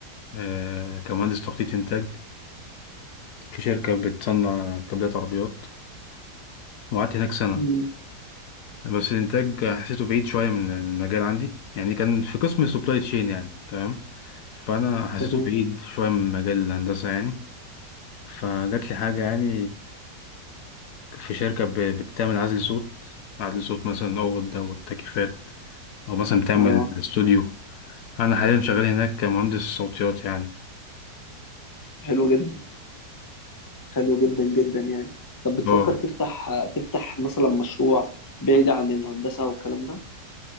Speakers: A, on the left; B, on the left.
A: آه كمهندس تخطيط إنتاج في شركة بتصنع كابلات عربيات وقعدت هناك سنة
B: مم.
A: بس الإنتاج حسيته بعيد شوية من من المجال عندي يعني كان في قسم السبلاي تشين يعني تمام فأنا حسيته
B: تمام
A: بعيد شوية من مجال الهندسة يعني فجات لي حاجة يعني في شركة ب- بتعمل عزل صوت عزل صوت مثلا أوض أو التكييفات أو مثلا بتعمل
B: اه
A: استوديو أنا حاليا شغال هناك كمهندس صوتيات يعني
B: حلو جدا حلو جدا جدا يعني طب بتفكر
A: اه
B: تفتح تفتح مثلا مشروع بعيد عن الهندسه والكلام ده